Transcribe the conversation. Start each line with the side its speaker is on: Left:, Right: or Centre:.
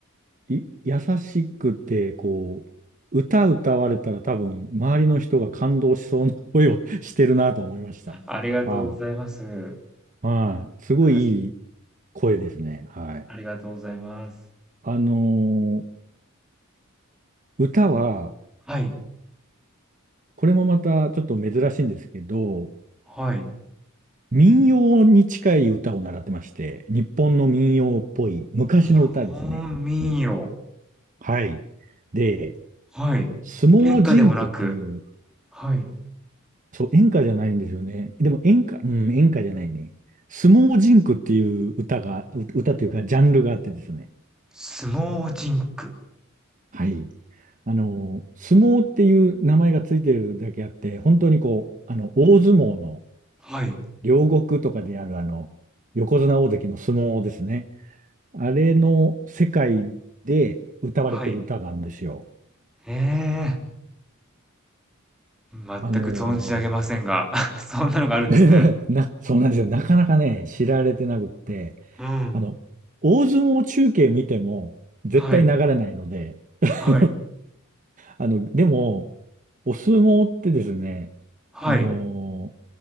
Right: い、優しくて、こう、歌歌われたら多分、周りの人が感動しそうな声を <laughs> してるなと思いました。
Centre: ありがとうございます。
Right: はい。はい。すごいいい
Centre: はし
Right: 声ですね。はい。
Centre: ありがとうございます。
Right: あのー歌は、
Centre: はい、
Right: これもまたちょっと珍しいんですけど、
Centre: はい。
Right: 民謡に近い歌を習ってまして、日本の民謡っぽい昔の歌ですね。
Centre: 日本民謡。
Right: はい。で、
Centre: はい。
Right: 相撲甚句っていう
Centre: 演歌でもなく、はい。
Right: そう、演歌じゃないんですよね。でも演歌、うん、演歌じゃないね。相撲甚句っていう歌が、う歌というかジャンルがあってですね。
Centre: 相撲甚句。
Right: はい。あの、相撲っていう名前がついてるだけあって、本当にこう、あの、大相撲の
Centre: はい、
Right: 両国とかであるあの、横綱大関の相撲ですね。あれの世界で歌われてる歌があるんですよ。
Centre: はい。へえ、全く存じ上げませんが、
Right: あの
Centre: <laughs> そんなのがあるんですね。
Right: ー <laughs> な、そうなんですよ。なかなかね、知られてなくって、
Centre: うん。
Right: あの、大相撲中継見ても絶対流れないので
Centre: はい、
Right: <laughs>
Centre: はい、
Right: あの、でも、お相撲ってですね、
Centre: はい、
Right: あのー